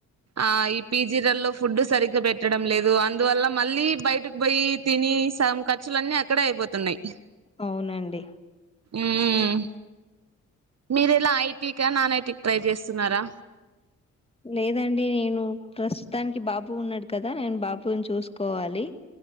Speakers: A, on the right; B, on the left.
A: ఆ ఈ పిజీ రల్లో ఫుడ్ సరిగ్గా పెట్టడం లేదు అందువల్ల మళ్ళీ బయటకు పోయి తిని సగం ఖర్చులన్నీ అక్కడే అయిపోయి పోతున్నాయి
B: అవునండి
A: ఉమ్ మీరెలా ఐటీకా నాన్ ఐటీకి ట్రై చేస్తున్నారా
B: లేదండి నేను ప్రస్తుతానికి బాబు ఉన్నాడు కదా నేను బా బున్ చూసుకోవాలి